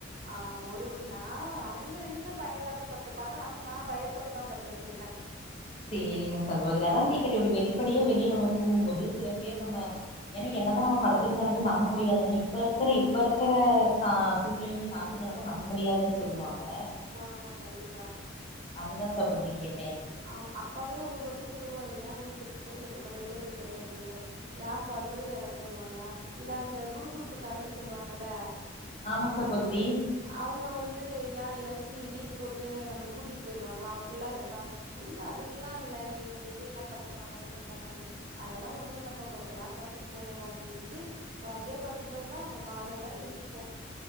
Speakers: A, on the right; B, on the left.
A: ஆ ஒரு நா அவுங்க ரெண்டு பேரூ பயோ இல்லாம படுத்துர்ப்பாங்க அனா நா பயத்தோட தா படுத்துருந்துருப்ப
B: சேரிங்க சகோதரி அதா கேகற இப்டி வெளிப்படையா வெளிய நம்ம தூங்குபோது சில பேர் நம்ம எனா என்னதா நம்ம படுத்துருந்தாலுமே நம்ப முடியாதுங்க இப்ப இருக்கற இப்ப இருக்கற கா சூழ்நிலையூ நா ட்டு நடப்பு நம்ப முடியாதுன்னு சொல்லுவாங்க
A: ஆ கண்டிப்பா
B: அதுதா சகோதரி கேட்டே
A: ஆம் அப்பாவே ஒவ்வொருவாட்டி சொல்லுவாரு ஏ வெளியபடுத்துருக்க உள்ள போயி படு உள்ள போய் படு அப்டின் பாரு ஏ பா திருட யாராச்சூ வருவாங்களா இல்ல இந்த குடு குடுப்பு காரன்னு சொல்லுவாங்கல்ல
B: ஆமா சகோதரி
A: அவுங்க வந்து யா எதாச்சு நீர் போட்டு நம்மள கூடிட்டு போயிருவாங்களா அப்டில்லா கேப்ப இல்ல அதுக்குலா இல்ல நீ இங்க வெளியலா படுக்க வேணா உள்ள போ முன்ன அதலா ஒண்ணுல்லப்பா கொஞ்ச நேரோ படுத்துட்டு போயர்றோ அப்டின்ட்டு அப்டியே படுக்கறதா அப்பறோ கால்ல தா எழுந்திரிப்போ